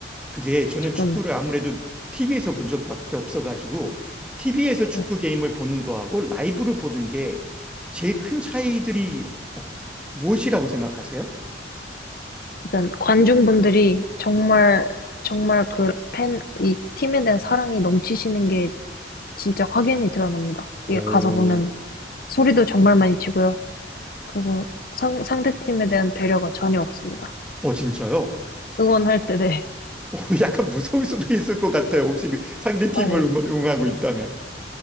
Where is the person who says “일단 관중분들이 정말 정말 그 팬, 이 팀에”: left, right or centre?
Left